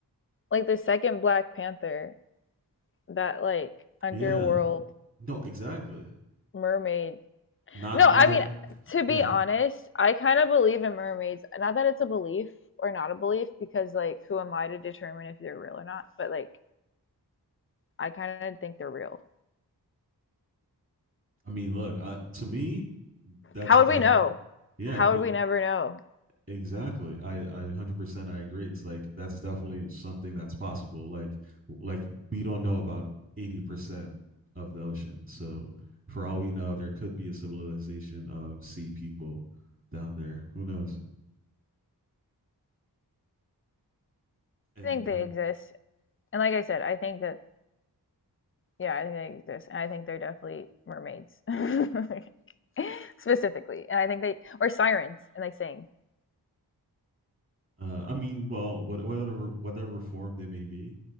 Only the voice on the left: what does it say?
like the second Black Panther that like underworld
mermaid.
No,
I mean
to be
honest, I kind of believe in mermaids. Not that it's a belief or not a belief because like who am I to determine if they're real or not? But like I kind of think they're real.
How would
we know?
How would
we never know?
I think
they exist. And like I said, I think that yeah, I think they exist. And I think they're definitely mermaids. <laughs> Specifically. And I think they or sirens and they sing.